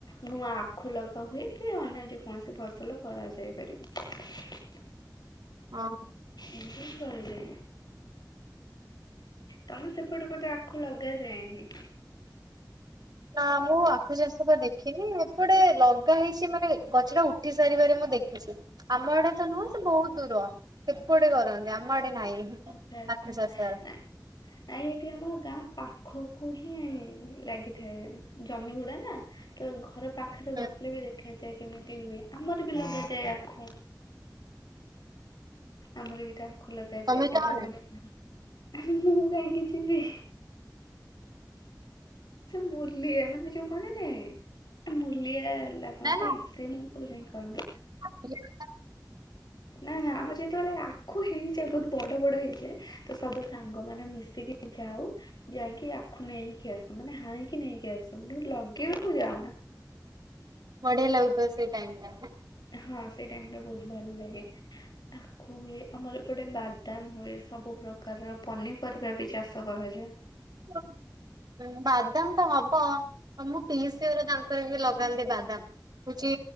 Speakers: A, on the left; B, on the right.
A: ନୂଆ ଆଖୁ ଲଗା ହୁଏ କି ଅନ୍ୟ ଯେକୌଣସି ଫସଲ କରାଯାଇପାରିବ।
B: ହଁ।
A: ଏମିତିହିଁ କରାଯାଏ। ତମ ସେପଟ ପଟେ ଆଖୁ ଲଗାଯାଏନି?
B: ନା ମୁଁ ଆଖୁ ଚାଷ ଟା ଦେଖିନି ଏପଟେ ଲଗା ହେଇଛି ମାନେ ଗଛ ଟା ଉଠି ସାରିବାରେ ମୁଁ ଦେଖିଛି। ଆମ ଆଡେ ତ ନୁହଁ ସେ ବହୁତ ଦୂର, ସେପଟେ କରନ୍ତି ଆମ ଆଡେ ନାହିଁ।
A: ଆଚ୍ଛା ଆଚ୍ଛା
B: ଆଖୁ ଚାଷ।
A: ନା ନାଇଁ ଏଠି ଆମର ଗାଁ ପାଖକୁ ହିଁ ଲାଗିଥାଏ ଜମି ଗୁଡା ନା ତ ଘର ପାଖରେ
B: ହୁଁ
A: ବସିଲେ ବି ଦେଖାଯାଏ କେମିତି ହୁଏ। ଆମର ବି ଲଗାଯାଏ ଆଖୁ। ଆମର ବିଟ ଆଖୁ ଲଗାଯାଏ।
B: ତମେ ଯାଅନା?
A: ଏବେ ଆମର ମୁଁ କାହିଁକି କିଛି ଦେ ସେ ମୁଲିଆ ମାନେ ଯୋଉ କୁହନ୍ତି ନି ମୁଲିଆ ଲା କନ୍ତି
B: ନା
A: ସେମାନେ ସବୁ ଯାଇ କରନ୍ତି।
B: ଇଆ
A: ନାଁ ନା ଆମର ଯେତୋବେଳେ ଆଖୁ ହେଇଯାଏ ବହୁତ ବଡ ବଡ ହେଇଯାଏ ତ ସବୁ ସାଙ୍ଗ ମାନେ ମିଶିକି ଯାଉ ଯାଇକି ଆଖୁ ନେଇକି ଆସୁ ମାନେ ହାଣିକି ନେଇକି ଆସୁ କିନ୍ତୁ ଲଗେଇବାକୁ ଯାଉନା।
B: ବଢିଆ ଲାଗୁଥିବ ସେଇ ଟାଇମ୍ ଟା।
A: ହଁ ସେଇ ଟାଇମ ଟା ବହୁତ ଭଲ ଲାଗେ। ଖୁ ହୁଏ ଆମର ଏପଟେ ବାଦାମ ହୁଏ ସବୁ ପ୍ରକାର ପନିପରିବା ବି ଚାଷ କରାଯାଏ।
B: <unintelligible> ବାଦାମ ତ ହବ ମୁଁ ପିଇସି ଘର ତାଙ୍କର ବି ଲଗାନ୍ତି ବାଦାମ। ହଉଛି